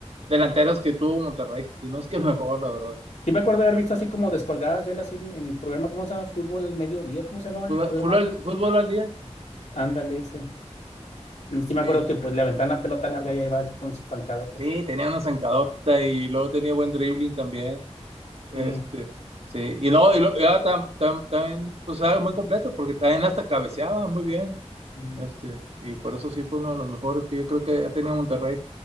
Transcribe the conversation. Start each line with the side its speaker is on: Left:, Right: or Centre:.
Right: delanteros que tuvo Monterrey, si no es que el mejor, la verdad.
Left: Sí me acuerdo de haber visto así como descolgadas de él así en, en el programa, ¿cómo se llama? Fútbol al mediodía, ¿cómo se llamaba
Right: Fula-
Left: el programa?
Right: Fútbol, al fútbol al día,
Left: Ándale, ese. Y sí me
Right: sí.
Left: acuerdo que pues le aventaban la pelota larga y ahí va él con sus pancadotas.
Right: Sí, tenía una zancadota y luego tenía buen dribbling también. Este,
Left: Sí.
Right: sí, y luego, y luego- y ahora tam- tam- también, pues era muy completo, porque también hasta cabeceaba muy bien.
Left: Mm.
Right: Este, y por eso sí fue uno de los mejores que yo creo que ha tenido Monterrey